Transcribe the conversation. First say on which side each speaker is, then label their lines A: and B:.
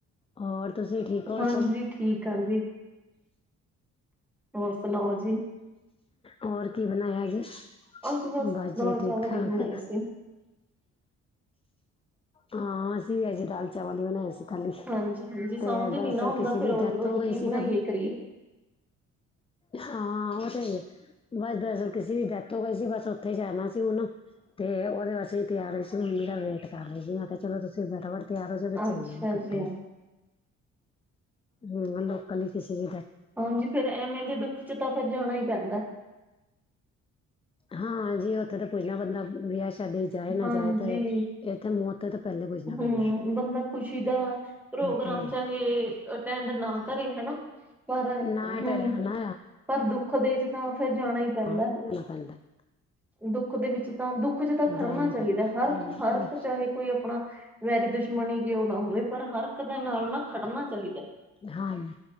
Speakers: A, on the left (about 20°); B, in the centre.
A: ਹੋਰ ਤੁਸੀਂ ਠੀਕ ਹੋ
B: ਹਾਂਜੀ
A: ਸਭ?
B: ਠੀਕ ਆ ਜੀ, ਹੋਰ ਸੁਣਾਓ ਜੀ
A: ਹੋਰ ਕੀ ਬਣਾਇਆ ਜੀ?
B: ਅੱਜ
A: ਬਸ
B: ਦਾਲ
A: ਜੀ ਠੀਕ-ਠਾਕ,
B: ਚਾਵਲ ਹੀ ਬਣਾਏ ਸੀ।
A: ਹਾਂ ਅਸੀਂ ਵੀ ਆਏ ਸੀ ਦਾਲ ਚਾਵਲ ਹੀ ਬਣਾਇਆ ਸੀ। <unintelligible>
B: ਹਾਂਜੀ ਹਾਂਜੀ ਸਮਝ
A: ਤੇ ਦਰਅਸਲ
B: ਨੀ ਨਾ ਆਉਂਦਾ
A: ਕਿਸੇ
B: ਫਿਰ
A: ਦੀ
B: ਰੋਜ਼
A: ਡੈਥ
B: ਰੋਜ਼
A: ਹੋ ਗਈ
B: ਕੀ
A: ਸੀ
B: ਬਣਾਈਏ
A: ਤੇ,
B: ਕਰੀਏ।
A: ਹਾਂ ਉਹ ਤੇ, ਬਸ ਦਰਅਸਲ ਕਿਸੇ ਦੀ ਡੈਥ ਹੋ ਗਈ ਸੀ ਬਸ ਉੱਥੇ ਹੀ ਜਾਣਾ ਸੀ ਹੁਣ ਤੇ ਉਹਦੇ ਵਾਸਤੇ ਤਿਆਰ ਰਹੀ ਸੀ ਮੰਮੀ ਦਾ ਵੇਟ ਕਰ ਰਹੀ ਸੀ ਮੈਂ ਕਿਹਾ ਚਲੋ ਤੁਸੀਂ ਬੈਟਾ ਵ ਪਿਆਰ ਜਾ ਬੱਜੇ
B: ਅੱਛਾ
A: ਲੇ ਇਕੱਠੇ
B: ਜੀ
A: ਹੂੰ ਲੋਕਲ ਹੀ ਕਿਸੇ ਵੀ
B: ਹਾਂਜੀ ਫੇਰ ਐਵੇਂ ਦੇ ਦੁੱਖ ਚ ਤਾਂ ਫਿਰ ਜਾਣਾ ਈ ਪੈਂਦਾ।
A: ਹਾਂ ਜੀ ਉੱਥੇ ਤਾਂ ਪੁੱਜਣਾ ਬੰਦਾ ਵਿਆਹ ਸ਼ਾਦੀ ਜਾਏ ਨਾ
B: ਹਾਂਜੀ
A: ਜਾਏ ਤੇ ਇੱਥੇ ਮੌਤ ਪਹਿਲੇ ਪੁੱਛਣਾ
B: ਹੂੰ
A: ਪੈਂਦਾ
B: ਬੰਦਾ ਖ਼ੁਸ਼ੀ ਦਾ ਪ੍ਰੋਗਰਾਮ
A: ਤੇ
B: ਚਾਹੇ ਅਟੈਂਡ ਨਾ ਕਰੇ ਹਨਾ ਪਰ
A: ਨਾ
B: ਹੂੰ,
A: ਟਲਣਾ ਨਾ
B: ਪਰ ਦੁੱਖ ਦੇ ਚ ਤਾਂ ਫੇਰ ਜਾਣਾ ਹੀ ਪੈਂਦਾ।
A: ਹਾਂ <unintelligible>
B: ਦੁੱਖ ਦੇ ਵਿੱਚ ਤਾਂ ਦੁੱਖ ਚ ਤਾਂ ਖੜਨਾ
A: ਜਾਣਾ ਹੀ
B: ਚਾਹੀਦਾ
A: ਪੈਂਦਾ
B: ਹਰ-ਹਰ ਇੱਕ ਚਾਹੇ ਕੋਈ ਆਪਣਾ ਵੈਰੀ ਦੁਸ਼ਮਣੀ ਕਿਉਂ ਨਾ ਹੋਵੇ ਪਰ ਹਰ ਇੱਕ ਦੇ ਨਾਲ ਨਾ ਖੜਨਾ ਚਾਹੀਦਾ।
A: ਹਾਂਜੀ,